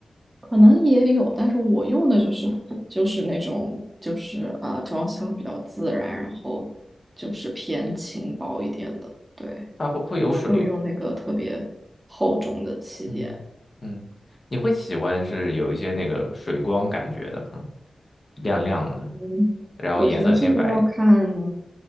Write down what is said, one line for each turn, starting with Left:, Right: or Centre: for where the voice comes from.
Right: 可能也有，但是我用的就是就是那种就是啊、呃装修比较自然，然后就是偏轻薄一点的。对，
Left: 它会会有水，
Right: 我没有用那个特别厚重的气垫，
Left: 嗯嗯，你会喜欢是有一些那个水光感觉的吗？亮亮的，
Right: 嗯，
Left: 然后颜色偏白，
Right: 我觉得这个要看，